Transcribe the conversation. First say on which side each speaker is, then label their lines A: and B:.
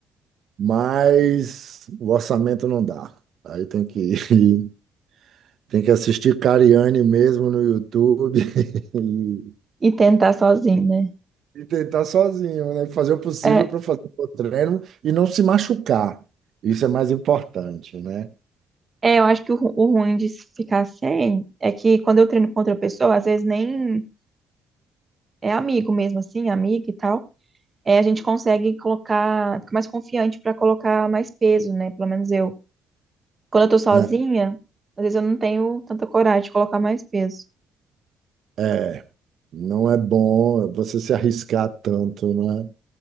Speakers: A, on the right; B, on the right.
A: mas o orçamento não dá. Aí tem que <laughs> Tem que assistir Cariani mesmo no YouTube <laughs> e,
B: E tentar sozinho, né?
A: E tentar sozinho, né? Fazer o possível
B: É,
A: para fazer o treino e não se machucar. Isso é mais importante, né?
B: é, eu acho que o, ru- o ruim de se ficar sem é que quando eu treino com outra pessoa, às vezes nem é amigo mesmo, assim, amiga e tal. é, a gente consegue colocar, fica mais confiante para colocar mais peso, né? Pelo menos eu. Quando eu tô sozinha,
A: Né?
B: às vezes eu não tenho tanta coragem de colocar mais peso.
A: É, não é bom você se arriscar tanto, né?